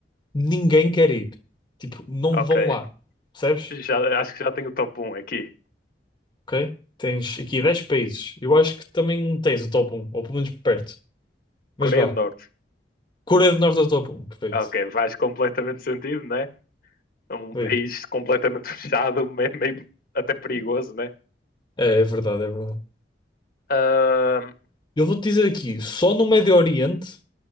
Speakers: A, on the left; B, on the left.
A: ninguém quer ir. Tipo, não
B: ok.
A: vão lá. Percebes?
B: Já, acho que já tenho o top um aqui.
A: Ok? Tens aqui 10 países. Eu acho que também tens o top um, ou pelo menos perto. Mas
B: Coreia
A: vá.
B: do Norte.
A: Coreia do Norte é o top um, Perfeito.
B: Ok, faz completamente sentido, né? é Um
A: Perfeito.
B: país completamente <laughs> fechado, meio, meio até perigoso, né?
A: É, é verdade, é verdade.
B: Ahm,
A: Eu vou-te dizer aqui: só no Médio Oriente,